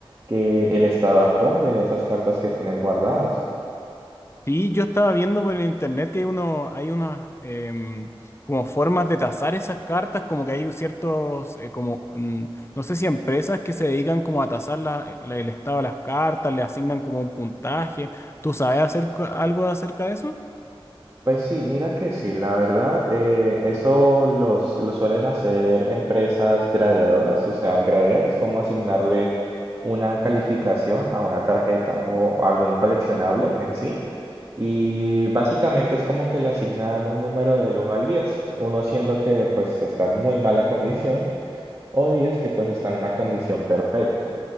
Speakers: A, on the right; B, on the left.
A: que el estado actual de esas cartas que tienes guardadas.
B: Sí, yo estaba viendo por internet que hay uno, hay unas em, como formas de tasar esas cartas, como que hay ciertos, eh, como, mm, no sé si empresas que se dedican como a tasar la- la- el estado de las cartas, le asignan como un puntaje. ¿Tú sabes hacer co- algo acerca de eso?
A: Pues sí, mira que sí, la verdad, eh, eso los, lo suelen hacer empresas gradeadoras, o sea, gradear es como asignarle una calificación a una tarjeta o algún coleccionable en sí, y básicamente es como que le asignan un número del uno al 10, uno siendo que pues está en muy mala condición o 10 que pues están en una condición perfecta.